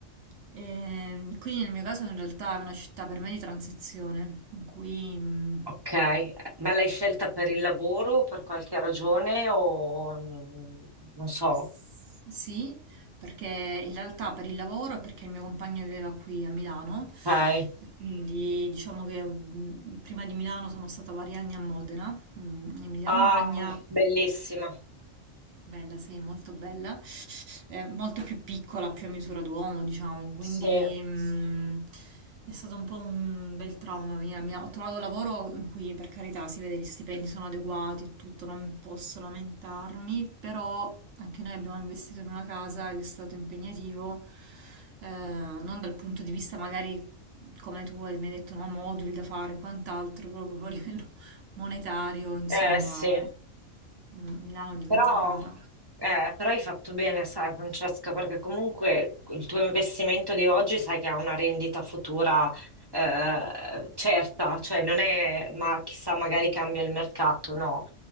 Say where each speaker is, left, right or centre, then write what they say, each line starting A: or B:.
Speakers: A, on the right (about 70°); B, on the right (about 30°).
A: Ehm, quindi nel mio caso in realtà è una città per me di transizione, in cui mh,
B: Ok, ma l'hai scelta per il lavoro o per qualche ragione o mm, non so.
A: s- sì, perché in realtà per il lavoro e perché il mio compagno viveva qui a Milano
B: Ok.
A: e quindi diciamo che mh, prima di Milano sono stata vari anni a Modena, mh, in Emilia
B: Ah,
A: Romagna,
B: bellissima.
A: bella sì, molto bella. eh, molto più piccola, più a misura d'uomo, diciamo, quindi
B: Sì,
A: mh, è stato un po' un bel trauma. venire a Milano. Ho trovato lavoro in cui, per carità, si vede gli stipendi sono adeguati e tutto, non posso lamentarmi, però anche noi abbiamo investito in una casa ed è stato impegnativo, eh, non dal punto di vista magari come tu hai- mi hai detto, no, moduli da fare e quant'altro, proprio a livello monetario, insomma,
B: eh sì.
A: mm, Milano è diventata
B: Però,
A: cara.
B: eh, però hai fatto bene, sai, Francesca, perché comunque il tuo investimento di oggi sai che ha una rendita futura eh, certa, cioè non è, ma chissà, magari cambia il mercato, no.